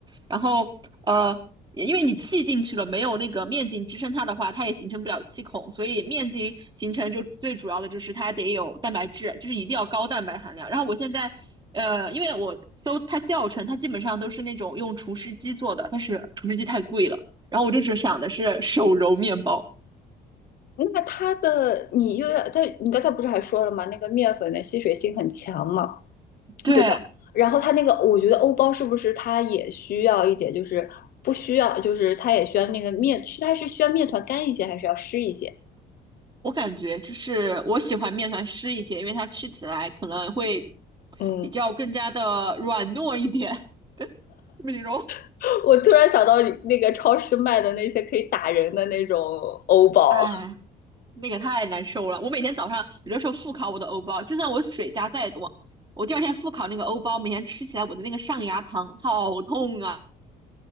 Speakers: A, on the right; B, on the left.
A: 然后呃，因为你气进去了，没有那个面筋支撑它的话，它也形成不了气孔，所以面筋形成就最主要的就是它得有蛋白质，就是一定要高蛋白含量。然后我现在。呃，因为我搜它教程，它基本上都是那种用厨师机做的，但是厨师机太贵了，然后我就只想的是手揉面包。
B: 那它的你又要，它你刚才不是还说了吗？那个面粉的吸水性很强嘛，
A: 对，
B: 对吧？然后它那个，我觉得欧包是不是它也需要一点，就是不需要，就是它也需要那个面，是它是需要面团干一些，还是要湿一些？
A: 我感觉就是我喜欢面团湿一些，因为它吃起来可能会
B: 嗯，
A: 比较更加的软糯一点。<laughs> 怎形容？
B: <laughs> 我突然想到那个超市卖的那些可以打人的那种欧包，
A: 哎，那个太难受了。我每天早上有的时候复烤我的欧包，就算我水加再多，我第二天复烤那个欧包，每天吃起来我的那个上牙膛好痛啊！